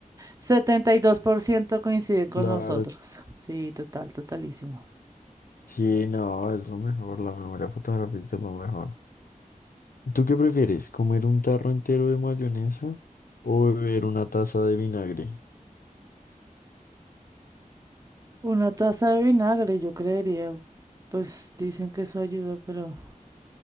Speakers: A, on the right; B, on the left.
A: 72% coinciden con
B: claro.
A: nosotros. Sí, total, totalísimo.
B: Sí, no, es lo mejor. La memoria fotográfica es lo mejor. ¿Tú qué prefieres? ¿Comer un tarro entero de mayonesa o beber una taza de vinagre?
A: Una taza de vinagre, yo creería. Pues dicen que eso ayuda, pero